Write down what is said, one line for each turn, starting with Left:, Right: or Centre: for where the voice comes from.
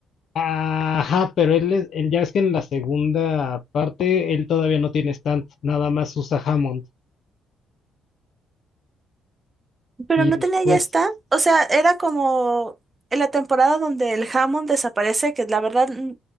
Left: Ajá, pero él, es- él ya es que en la segunda parte él todavía no tiene stand, nada más usa Hammond.
Right: Pero
Left: Y
Right: no
Left: después,
Right: tenía ya stand. O sea, era como en la temporada donde el jamón desaparece, que la verdad mm,